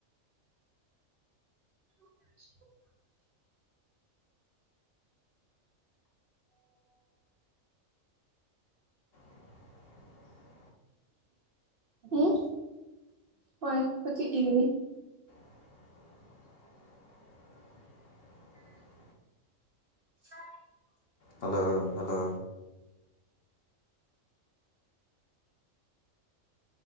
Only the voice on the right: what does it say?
<inaudible>
ꯎꯝ ꯍꯣꯏ ꯍꯣꯏꯖꯤꯤꯗꯅꯤ
<inaudible>